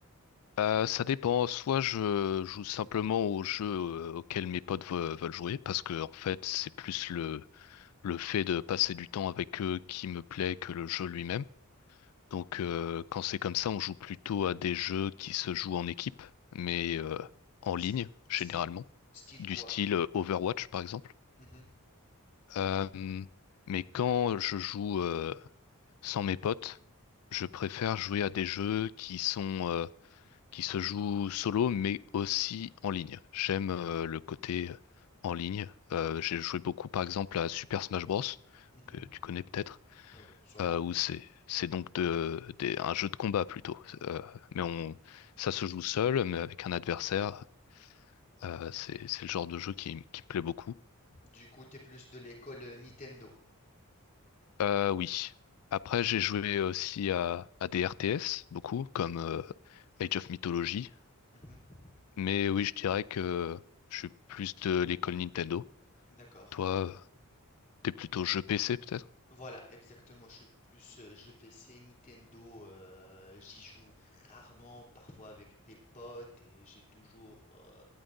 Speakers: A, on the left (about 75°); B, on the left (about 35°).
A: Euh, ça dépend. Soit je joue simplement aux jeux euh, auxquels mes potes ve- veulent jouer, parce que en fait, c'est plus le le fait de passer du temps avec eux qui me plaît que le jeu lui-même. Donc euh, quand c'est comme ça, on joue plutôt à des jeux qui se jouent en équipe, mais euh, en
B: S-
A: ligne généralement,
B: Style, style
A: du
B: quoi?
A: style euh, Overwatch par exemple.
B: Mhm,
A: Euh, mais quand je joue euh, sans mes potes, je préfère jouer à des jeux qui sont euh, qui se jouent solo, mais aussi en ligne. J'aime euh, le côté euh, en ligne. Euh, j'ai joué beaucoup par exemple à Super Smash Bros.
B: mhm.
A: que tu connais peut-être.
B: Ah bah, sûrement.
A: euh, où c'est c'est donc de, des- un jeu de combat plutôt. Euh, mais on, ça se joue seul, mais avec un adversaire. Euh, c'est c'est le genre de jeu qui, m- qui me plaît beaucoup.
B: Du coup, t'es plus de l'école euh, Nintendo.
A: Euh, oui. Après, j'ai joué aussi à, à des RTS, beaucoup, comme euh, Age of Mythology.
B: Mhm,
A: Mais oui, je dirais que je suis plus de l'école Nintendo.
B: d'accord.
A: Toi, euh, t'es plutôt jeu PC peut-être?
B: Voilà, exactement. Je suis plus euh, jeu PC, Nintendo. euh, j'y joue rarement, parfois avec des potes, et j'ai toujours euh,